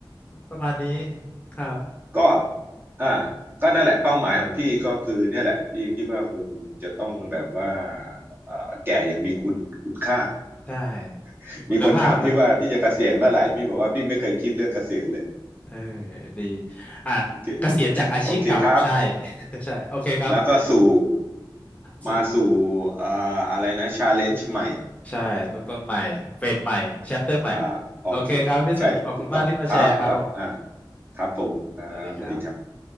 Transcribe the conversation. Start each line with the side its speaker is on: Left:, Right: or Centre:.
Left: ประมาณนี้ครับ
Right: ก็อ่าก็นั่นแหละเป้าหมายของพี่ก็คือเนี่ยแหละพี่คิดว่าคงจะต้องแบบว่าเอ่าแก่ยังมีคุณคุณค่า
Left: ใช่
Right: <laughs>
Left: มีคุณภาพนะ
Right: มีคนถามพี่ว่าพี่จะเกษียณเมื่อไหร่พี่บอกว่าพี่ไม่เคยคิดเรื่องเกษียณเลย
Left: <laughs> เออดีอ่ะเกษียณจากอาชีพเก่าใช่
Right: โอเคโอเคครับ
Left: <laughs> ใช่โอเคครับพี่
Right: แล้วก็สู่
Left: สู่
Right: มาสู่อ่าอะไรนะชาเลนจ์ใหม่
Left: ใช่ตัวตนใหม่เฟสใหม่แชปเตอร์ใหม่
Right: อ่าโอเคใช่ถูกต้องครับแล้วอ่า
Left: โอเคครับพี่สุดขอบคุณมากที่มาแชร์ครับผม
Right: ครับผมอ่าสวัสดีครับ
Left: สวัสดีครับ